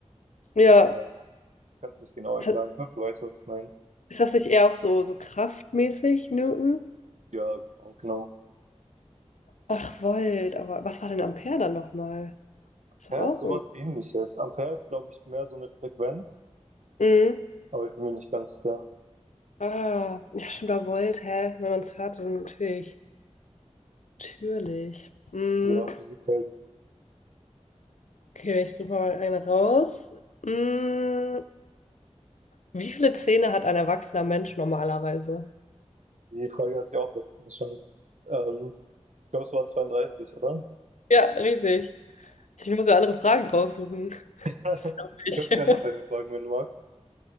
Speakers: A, on the left (about 85°); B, on the right (about 80°).
A: Ja.
B: Äh, kannst nicht genau erklären.
A: Ist das
B: Ich glaube, du weißt, was ich meine.
A: ist das nicht eher auch so, so kraftmäßig, Newton?
B: Ja, genau. genau.
A: Ach, Volt, aber was war denn Ampere dann nochmal? Ist doch
B: Ampere
A: auch
B: ist sowas
A: irgendwie.
B: ähnliches. Ampere ist, glaube ich, mehr so eine Frequenz,
A: Mhm.
B: aber ich bin mir nicht ganz sicher,
A: Ah, ja, stimmt, da wollt, hä? Wenn man es hört, dann natürlich. Natürlich. Mm,
B: über Physik hält.
A: okay, ich suche mal eine raus. Mm, wie viele Zähne hat ein erwachsener Mensch normalerweise?
B: Die Frage hatte ich auch letztens schon. Ähm, ich glaube, es waren 32, oder?
A: Ja, richtig. Ich muss ja andere Fragen raussuchen.
B: <laughs> Du
A: Das glaub ich.
B: Kannst
A: <laughs>
B: gerne noch eine fragen, wenn du magst.